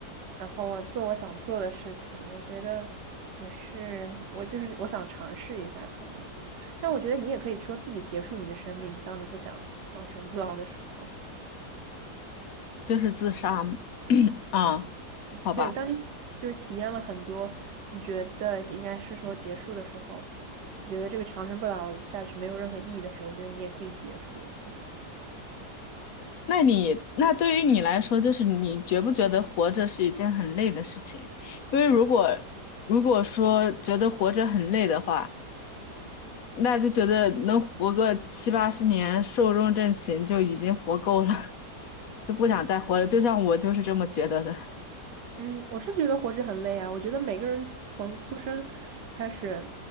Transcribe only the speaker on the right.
然后我做我想做的事情，我觉得也是，我就是我想尝试一下可能，但我觉得你也可以说自己结束你的生命，当你不想长生不老的时候。
对，当你就是体验了很多，你觉得应该是时候结束的时候，你觉得这个长生不老下去没有任何意义的时候，我觉得你也可以结束，就是。
嗯，我是觉得活着很累啊。我觉得每个人出从出生开始，